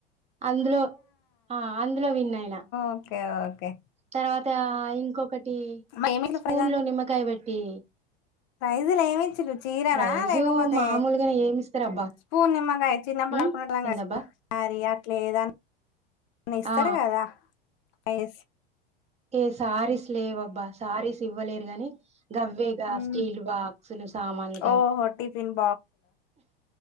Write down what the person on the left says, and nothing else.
ఓకే ఓకే
మరి ఏమిచ్చులు
ప్రైజ్ అంటే
ప్రైజులు ఏమి ఇచ్చిరు చీరనా
లేకపోతే
స్పూన్ నిమ్మకాయ చిన్నప్పుడు
ఆడుకునేటోలము
కదా స్కూల్ ఆరీ అట్లేదని ని ఇస్తారు
కదా పైస్
ఉమ్,
ఓహో టిఫిన్